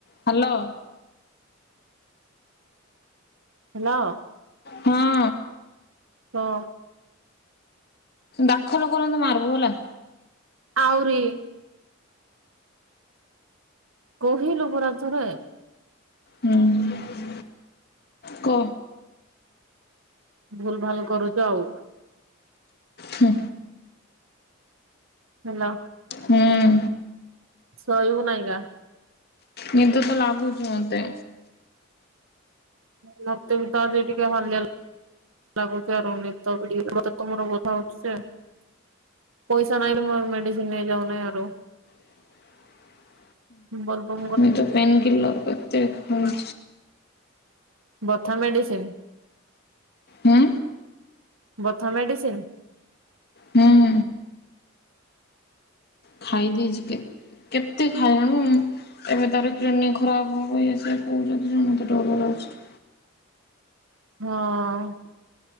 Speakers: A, on the left (about 50°); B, on the right (about 80°).
A: Hello.
B: Hello.
A: ହଁ।
B: ହଁ।
A: ଦାଖଲ କରନ୍ତୁ ମାରିବୁ ହେଲା।
B: ଆଉରିି। କହିଲ ପରା ଥରେ।
A: ହୁଁ। କ।
B: ଭୁଲ ଭାଲ କରୁଚ ଆଉ।
A: ହୁଁ
B: ହ୍ୟାଲୋ।
A: ହୁଁ
B: ଶୋଇବୁ ନାଇଁ କା।
A: ନିଦ ତ ଲାଗୁଛି ମତେ।
B: ହୁଁ ମତେ ବି ତ ଆଜି ଟିକେ ହାଲିଆ ଲାଗୁଛି ଆରୁ ନି ତ ତମର <inaudible> ହଉଛି। ପଇସା ନାଇଁଲୋ ମୋର ମେଡିସିନ ନେଇଯାଉନାହିଁ ଆରୁ
A: <inaudible>
B: ବଲବ
A: ମୁଁ ତ ପେନ କିଲର କେତେ ଖାଉ
B: ବଥା ମେଡିସିନ।
A: ହୁଁ।
B: ବଥା ମେଡିସିନ।
A: ହୁଁ। ଖାଇ ଦେଇଛି କେ କେତେ ଖାଇଲାଣୁ। ଏବେ ତାର କିଡନୀ ଖରାପ ହବ ଆସ କହୁଛନ୍ତି ସେତେ ଡର ଲାଗୁଛି।
B: ହଁ।